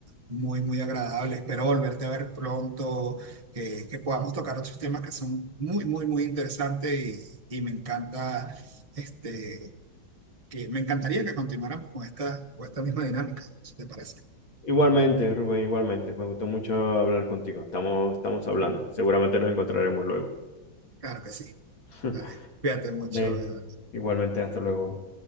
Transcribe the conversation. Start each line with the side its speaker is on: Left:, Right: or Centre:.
Right: muy, muy agradable. Espero volverte a ver pronto, que, que podamos tocar otros temas que son muy, muy, muy interesantes y, y me encanta, este, que me encantaría que continuáramos con esta, con esta misma dinámica, si te parece.
Left: Igualmente, Rubén, igualmente. Me gustó mucho hablar contigo. Estamos, estamos hablando. Seguramente nos encontraremos luego.
Right: Claro que sí.
Left: <laughs>
Right: Dale, cuídate mucho,
Left: Vale.
Right: Eduardo.
Left: Igualmente, hasta luego.